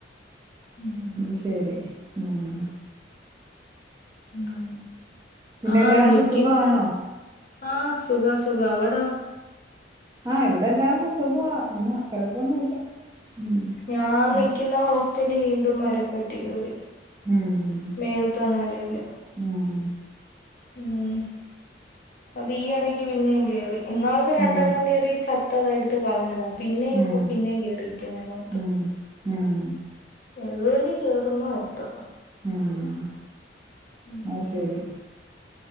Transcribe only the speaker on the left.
ഉം
ഉം
ആഹ്
നിക്കുന്ന
ആഹ് സുഖ സുഖ അവിടോ
ഞാൻ നിക്കുന്ന
ഹോസ്സ് റ്റലി വീണ്ടും മരപ്പെട്ടി കേറി
മേളിത്ത നിലയില്.
ഉം അത് ഈയടക്ക് പിന്നെ കേറി ഇന്നാൾക്ക് രണ്ടെണ്ണം
കേറി ച ഇട്ത്ത് കളഞ്ഞത പിന്നെ
ഇപ്പൊ പിന്നെ കേയറിരിക്കുന്നയിനാത്ത്
ഏതുവഴി കേയറുന്നോ എന്തോ
ഉം